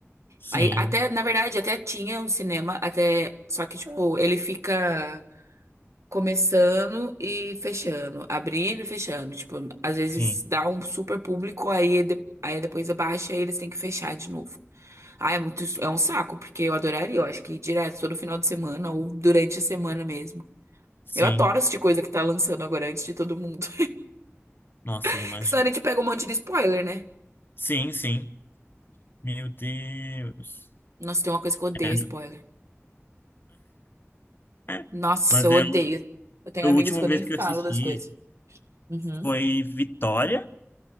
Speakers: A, on the left (about 45°); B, on the right (about 85°).
A: sim,
B: Aí até, na verdade, até tinha um cinema, até. Só que, tipo, ele fica. começando e fechando, abrindo e fechando. Tipo, às vezes
A: sim,
B: dá um super público, aí, de- aí depois abaixa e eles têm que fechar de novo. Ah, é muito, é um saco, porque eu adoraria, eu acho que direto, todo final de semana ou durante a semana mesmo.
A: sim.
B: Eu adoro assistir coisa que tá lançando agora antes de todo mundo.
A: Nossa,
B: <laughs>
A: eu imagino.
B: Porque senão a gente pega um monte de spoiler, né?
A: Sim, sim. Meu Deus.
B: Nossa, tem uma coisa que eu odeio
A: É.
B: spoiler.
A: <laughs>
B: Nossa,
A: Mas
B: eu
A: eu
B: odeio. Eu tenho
A: A última
B: amigos que eu
A: vez
B: nem falo
A: que eu assisti
B: das coisas. Uhum.
A: foi Vitória,